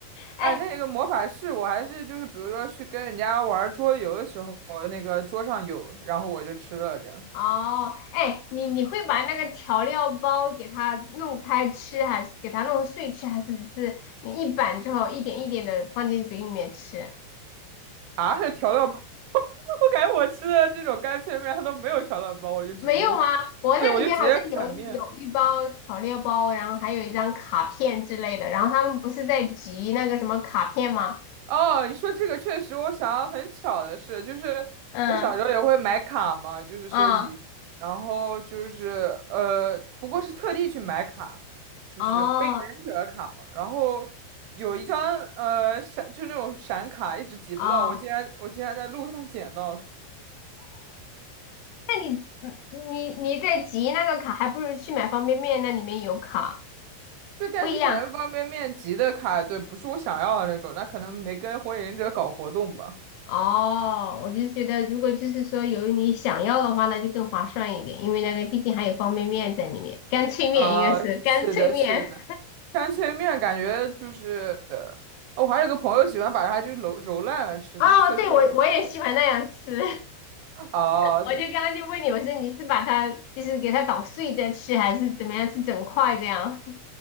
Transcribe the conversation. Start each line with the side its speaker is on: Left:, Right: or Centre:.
Right: 哎，
Left: 哎，
Right: 那个魔法师，我还是就是比如说去跟人家玩桌游的时候，那个桌上有，然后我就吃了这样
Left: 哦，哎，你你会把那个调料包给它弄开吃，还是给它弄碎吃，还是只是你一板之后一点一点的放进嘴里面吃？
Right: 啊，<laughs> 调料包，<laughs> 我感觉我吃的这种干脆面它都没有调料包，我就直接，
Left: 没有啊，我那里面好像有一有一包调料包，
Right: 对，我就直接啃面。
Left: 然后还有一张卡片之类的。然后他们不是在集那个什么卡片吗？
Right: 哦，你说这个确实，我想到很巧的事，就是我小时候也会买卡嘛，
Left: 嗯
Right: 就是收集，
Left: 啊
Right: 然后就是呃，不过是特地去买卡，就是火影忍者卡嘛，
Left: 哦
Right: 然后有一张呃闪，就那种闪卡，一直集不到，
Left: 哦，
Right: 我竟然我竟然在路上捡到了，
Left: 那你嗯你你在集那个卡，还不如去买方便面，那里面有卡，
Right: 对，但是可能方便面集的卡，
Left: 不一样
Right: 对，不是我想要的那种，那可能没跟火影忍者搞活动吧，
Left: 哦。我就觉得，如果就是说有你想要的话，那就更划算一点，因为那个毕竟还有方便面在里面，干脆面应该是干脆面。
Right: 啊，是的，是的。干脆面感觉就是，哦我还有个朋友喜欢把它就是揉揉烂了吃，
Left: <laughs> 哦，
Right: 就是碎碎的。
Left: 对，我我也喜欢那样吃。<laughs>
Right: 啊
Left: 我就刚刚就问你，我说你是把它就是给它捣碎再吃，还是怎么样吃整块这样？